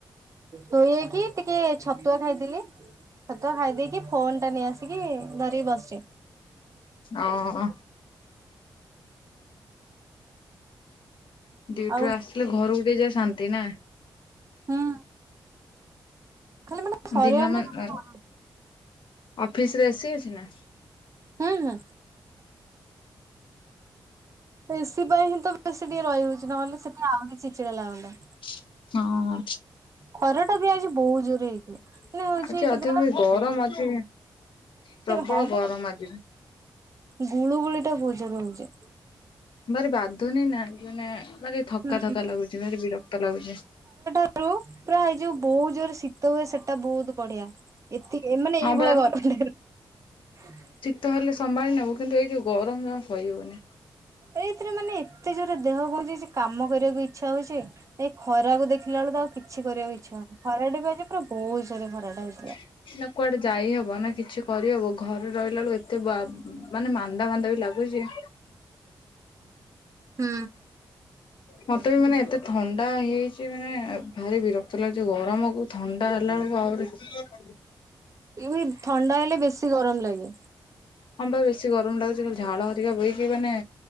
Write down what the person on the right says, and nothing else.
ଧୋଇ ହେଇକି ଟିକେ ଛତୁଆ ଖାଇଥିଲି। ଛତୁଆ ଖାଇଦେଇକି ଫୋନ ଟା ନେଇ ଆସିକି ଧରିକି ବସିଚି।
ଆଉ
ହୁଁ ଖାଲି ମାନେ ସରିବାର
ହୁଁ ହୁଁ ଏସି ପାଇଁ ତ ସେ ଟିକେ ରହିହଉଛି ନହେଲେ ସେଠି ଆହୁରି ଚିଡ଼ିଚିଡା ଲାଗନ୍ତା।
ଖରା ଟା ବି ଆଜି ବହୁତ ଜୋରରେ ହେଇଥିଲା ମାନେ ହଉଛି
କେ
ହଁ
ଗୁଳୁଗୁଳି ଟା ବହୁତ ଯୋରେ ହଉଛି।
ହୁଁ
ଉ ପୁରା ଏଇ ଯୋଉ ବହୁ ଜୋରେ ଶୀତ ହୁଏ ସେଟା ବହୁତୁ ବଢିଆ ଏତିକି ଏମାନେ
ଏଇଭଳିଆ
ଗର <unintelligible>
ଏଇଥିରେ ମାନେ ଏତେ ଜୋରରେ ଦେହ କଣ ହେଇଯାଉଛି କାମ କରିବାକୁ ଇଚ୍ଛା ହଉଛି। ଏ ଖରାକୁ ଦେଖିଲା ବେଳୁ ତ ଆଉ କିଛି କରିବାକୁ ଇଚ୍ଛା ହଉନି ଖରା ଟା ବି ଆଜି ପୁରା ବହୁତ ଜୋରରେ ଖରାଟା ହ
ହୁଁ।
ଏଇ ଥଣ୍ଡା ହେଲେ ବେଶୀ ଗରମ ଲାଗେ।